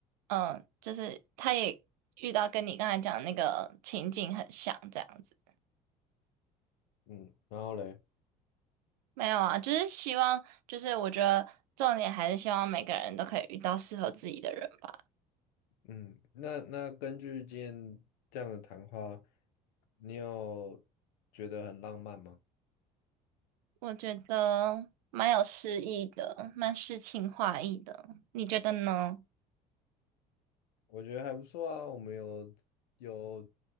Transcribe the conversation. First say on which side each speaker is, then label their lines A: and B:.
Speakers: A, on the right; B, on the left.
A: 嗯，就是他也遇到跟你刚才讲的那个情景很像，这样子。
B: 嗯，然后嘞，
A: 没有啊，就是希望，就是我觉得重点还是希望每个人都可以遇到适合自己的人吧。
B: 嗯，那那根据今天这样的谈话，你有觉得很浪漫吗？
A: 我觉得蛮有诗意的，蛮诗情画意的。你觉得呢？
B: 我觉得还不错啊，我们有有